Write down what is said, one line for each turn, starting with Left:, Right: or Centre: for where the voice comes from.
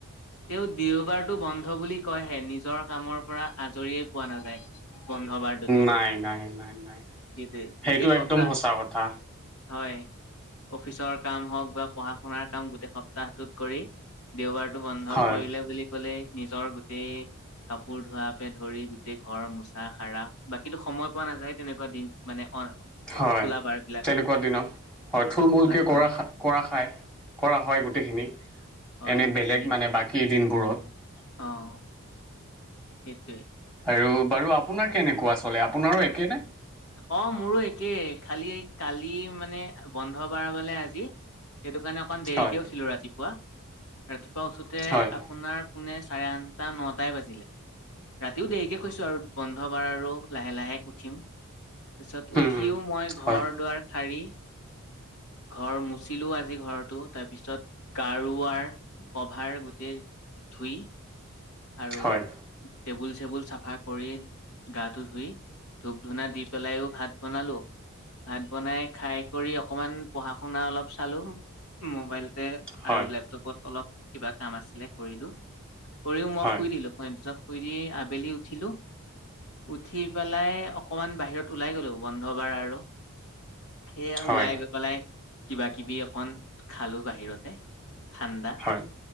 Left: তেওঁ দেওবাৰটো বন্ধ বুলি কয়হে, নিজৰ কামৰ পৰা আজৰিয়েই পোৱা নাযায়। বন্ধবাৰতোটো
Centre: নাই নাই নাই নাই
Left: সেইটোৱে, গোটেই
Centre: সেইটো
Left: সপ্তাহ
Centre: একদম সঁচা কথা
Left: হয়, অফিচৰ কাম হওঁক কিবা পঢ়া শুনাৰ কাম গোটেই সপ্তাহটোত কৰি, দেওবাৰটো বন্ধ
Centre: হয়
Left: পৰিলে বুলি ক'লেই নিজৰ গোটেই কাপোৰ ধোৱাকে ধৰি, গোটেই ঘৰ মোচা, সাৰা বাকীতো সময় পোৱা নাযায়, তেনেকুৱা দিন মানে অ'
Centre: হয়,
Left: খোলা বাৰ বিলাকত
Centre: তেনেকুৱা দিনত হয়, থুল মূলকে
Left: হয়,
Centre: কৰা,
Left: হয়।
Centre: কৰা খাই কৰা হয়, গোটেইখিনি
Left: হয়,
Centre: এনে
Left: তাকেই।
Centre: বেলেগ মানে বাকী দিনবোৰত
Left: অ', সেইটোৱে।
Centre: আৰু বাৰু আপোনাৰ কেনেকুৱা চলে আপোনাৰো একেনে?
Left: অ', মোৰো একেই, খালি কালি মানে বন্ধ বাৰ বুলি আজি সেইটো কাৰণে অকণ দেৰিকে
Centre: হয়
Left: উঠিলোঁ, ৰাতিপুৱা, ৰাতিপুৱা উঠোঁতে
Centre: হয়
Left: আপোনাৰ পোনে চাৰে আঠটা, নটাই বাজিলে। ৰাতিও দেৰিকে শুইছোঁ আৰু বন্ধ বাৰ আৰু লাহে, লাহে উঠিম। তাৰপিছত
Centre: হুম,
Left: উঠিও
Centre: হুম,
Left: মই ঘৰ,
Centre: হয়
Left: দুৱাৰ সাৰি ঘৰ মুচিলোঁ আজি ঘৰটো, তাৰপিছত গাৰোৱাৰ ক'ভাৰ গোটেই ধুই আৰু
Centre: হয়
Left: টেবুল, চেবুল চাফা কৰি, গাটো ধুই, ধূপ ধূনা দি পেলায়ো ভাত বনালোঁ। ভাত বনাই খাই কৰি অকমান পঢ়া শুনা অলপ চালোঁ, মোবাইল
Centre: হয়
Left: আৰু লেপটপত অলপ কিবা কাম আছিলে কৰিলোঁ। উপৰিও মই
Centre: হয়
Left: শুই দিলোঁ, <unintelligible> শুই দি আবেলি উঠিলোঁ, উঠি পেলাই অক অকমান বাহিৰত ওলাই গ'লো, বন্ধ বাৰ আৰু, সেয়া
Centre: হয়
Left: ওলাই গৈ পেলাই কিবা কিবি অকন খালোঁ বাহিৰতে ঠাণ্ডা,
Centre: হয়